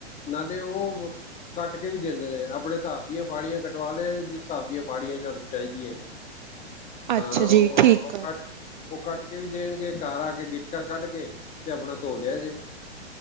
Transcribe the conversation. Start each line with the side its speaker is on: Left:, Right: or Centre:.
Left: ਨਾਲੇ ਉਹ ਕੱਟ ਕੇ ਵੀ ਦਿੰਦੇ ਨੇ। ਆਪਣੇ ਸਾਬ ਦੀਆਂ ਫਾੜੀਆਂ ਕਟਵਾ ਲਏ, ਜਿਸ ਸਾਬ ਦੀਆਂ ਫਾੜੀਆਂ ਚ ਚਾਹੀਦੀਆਂ। ਹਾਂ
Right: ਅੱਛਾ
Left: ਉਹ,
Right: ਜੀ ਠੀਕ
Left: ਉਹ
Right: ਆ
Left: ਕੱ, ਉਹ ਕੱਟ ਕੇ ਵੀ ਦੇਣਗੇ ਘਰ ਆ ਕੇ ਗਿੱਟ ਟਾਂ ਕੱਢ ਕੇ, ਤੇ ਆਪਣਾ ਧੋ ਲਿਆ ਜੇ।